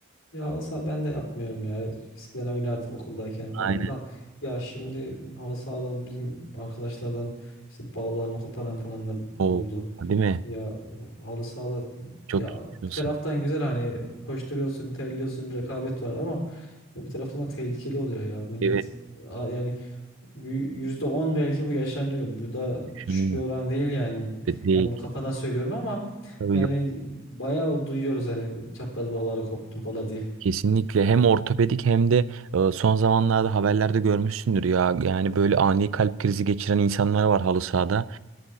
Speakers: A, on the left; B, on the right.
A: Ya olsa ben de yapmıyorum ya. Eskiden oynardık okuldayken
B: Aynen.
A: falan da. Ya şimdi halı sahadan bizim arkadaşlardan işte bağlarını koparan falan da
B: O
A: oldu.
B: değil mi?
A: Ya halı sahada
B: Çok
A: ya
B: yapıyorsun.
A: bir taraftan güzel hani koşturuyorsun, terliyorsun, rekabet var ama ya bir taraftan da tehlikeli oluyor ya. Millet
B: Evet,
A: a- yani bir yüzde on belki bu yaşanıyor. Bu da
B: düşünüyorum.
A: düşük bir oran değil yani.
B: Değil.
A: Ya bunu kafadan söylüyorum ama
B: Tabii
A: yani bayağı duyuyoruz hani çapraz bağları koptum falan diye.
B: Kesinlikle hem ortopedik hem de e, son zamanlarda haberlerde görmüşsündür ya yani böyle ani kalp krizi geçiren insanlar var halı sahada.